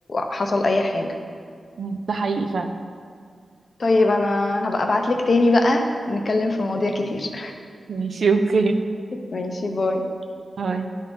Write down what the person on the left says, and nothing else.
حصل أي حاجة
طيب أنا هبقى أبعتلك تاني بقى نتكلم في مواضيع كتير
<laughs> ماشي باي